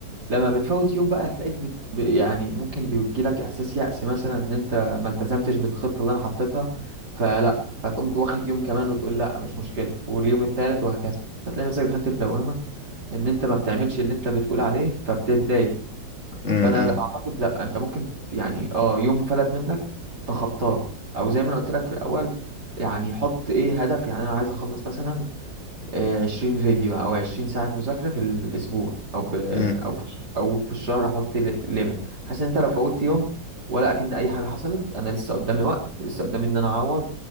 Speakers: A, on the right (about 60°); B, on the left (about 40°).
A: لما بتفوت يوم بقى هتلاقيك بت... ب- يعني ممكن بيجيلك إحساس يأس مثلا إن أنت ما التزمتش بالخطة اللي أنا حطيتها فلا فتقوم واخد يوم كمان وتقول لا مش مشكلة واليوم التالت وهكذا هتلاقي نفسك دخلت في دوامة إن أنت ما بتعملش اللي أنت بتقول عليه فبتتضايق
B: امم
A: فانا
B: امم
A: لا اعتقد لا انت ممكن يعني اه يوم فلت منك تخطاه او زي ما انا قلت لك في الاول يعني حط ايه هدف يعني انا عايز اخلص مثلا آه، 20 فيديو او 20 ساعة مذاكرة في الاسبوع او في
B: امم.
A: او في او في الشهر احط ليميت بحيث ان انت لو فوتت يوم ولا اكن اي حاجة حصلت انا لسه قدامي وقت لسه قدامي ان انا اعوض